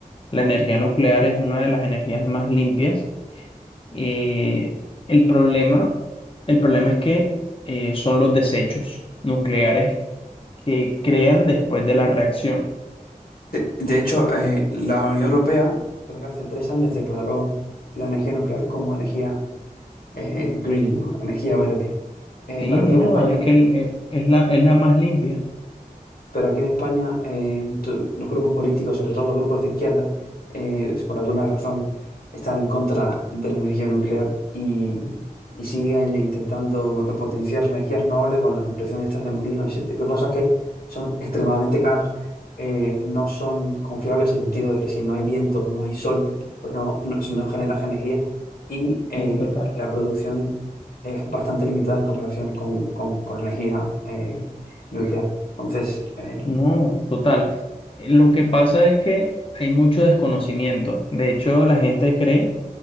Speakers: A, on the left; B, on the left.
A: la energía nuclear es una de las energías más limpias. Eh, el problema, el problema es que eh, son los desechos nucleares que crean después de la reacción.
B: De, de hecho, eh, la Unión Europea, creo que hace tres años, declaró la energía nuclear como energía eh, green, ¿no? Energía verde. Eh,
A: Sí,
B: pero aquí
A: no,
B: en España
A: es que el- eh, es la, es la más limpia.
B: Pero aquí en España, eh, tu- los grupos políticos, sobre todo los grupos de izquierda, eh, por alguna razón están en contra de la energía nuclear y, y siguen intentando eh, potenciar la energía renovable con la construcción de estas de molinos y ese tipo de cosas que son extremadamente caras, eh, no son confiables en el sentido de que si no hay viento o no hay sol, pues no, no, si no genera energía y eh,
A: Sí, total.
B: la producción es bastante limitada en comparación con, con, con energía eh, nuclear. Entonces, eh,
A: No, total. Eh, Lo que pasa es que hay mucho desconocimiento. De hecho, la gente cree